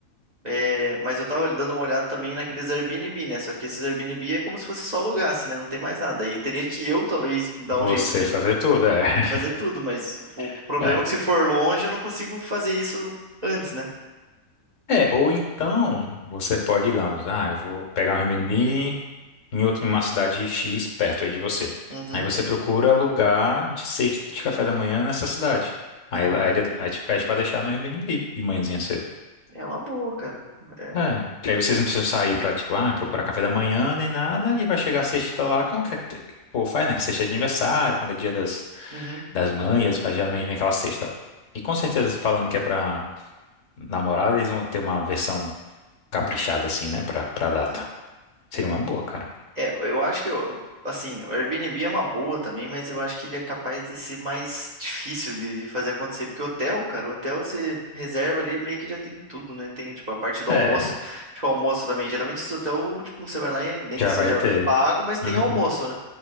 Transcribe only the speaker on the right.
É, mas eu tava dando uma olhada também naqueles Airbnb, né? Só que esses Airbnb é como se fosse só alugasse, né? Não tem mais nada. Aí teria que eu, talvez, dar
um jeito de,
de fazer tudo, mas o
problema é que se for longe, eu não consigo fazer isso antes, né?
Uhum.
É uma
boa.
É uma boa, cara. É.
Uhum.
Uhum.
Pois
é.
É, eu acho que, eu- assim, o Airbnb é uma boa também, mas eu acho que ele é capaz de ser mais difícil de, de fazer acontecer. Porque hotel, cara, o hotel você reserva ali, meio que já tem tudo, né? Tem, tipo, a parte do
almoço. Tipo, almoço também. Geralmente esse hotel, tipo, você vai lá e nem
que seja
pago, mas tem
almoço, né?